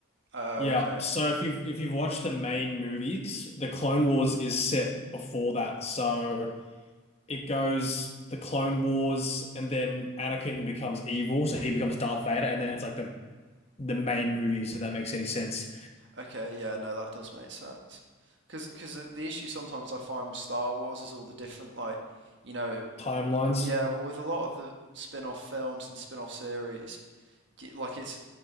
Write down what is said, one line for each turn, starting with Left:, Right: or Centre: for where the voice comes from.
Right: Oh
Left: Yeah.
Right: okay.
Left: So if you've if you've watched the main movies, the Clone Wars is set before that. So it goes the Clone Wars and then Anakin becomes evil, so he becomes Darth Vader, and then it's like the the main movies, if that makes any sense.
Right: Okay, yeah, no, that does make sense. Because because the, the issue sometimes I find with Star Wars is all the different, like, you know,
Left: Timelines.
Right: yeah, well, with a lot of the spin-off films and spin-off series, y- like it's